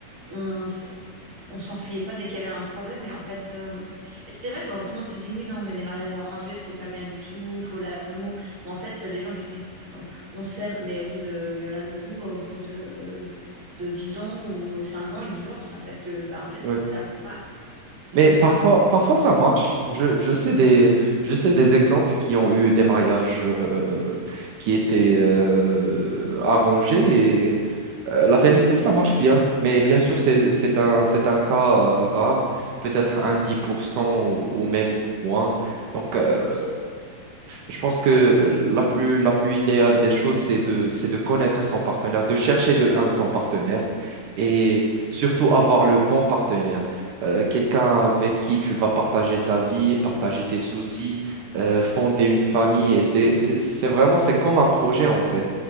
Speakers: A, on the right; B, on the right.
A: on s- s- on s'enfuyait pas dès qu'il y avait un problème. Et en fait, euh, et c'est vrai, quoi, quand tout le monde se dit oui, non, mais les mariages arrangés, c'est pas bien du tout, faut l'amour. Mais en fait, les gens qui disent on, on s'aime, mais au bout de, il y en a beaucoup, au bout de, de 10 ans ou 5 ans, ils divorcent parce que, bah, en fait,
B: Oui,
A: ça, ils savent pas, c'est
B: Mais parfois,
A: pas.
B: parfois ça marche. Je, je sais des, je sais des exemples qui ont eu des mariages euh, qui étaient euh, arrangés euh, la vérité, ça marche bien, mais bien sûr, c'est, c'est un, c'est un cas euh, rare, peut-être un 10% ou, ou même moins. Donc, euh, je pense que la plus, la plus idéale des choses, c'est de, c'est de connaître son partenaire, de chercher de un son partenaire et surtout avoir le bon partenaire. Euh, quelqu'un avec qui tu vas partager ta vie, partager tes soucis, euh, fonder une famille. Et c'est, c'est, c'est vraiment, c'est comme un projet en fait.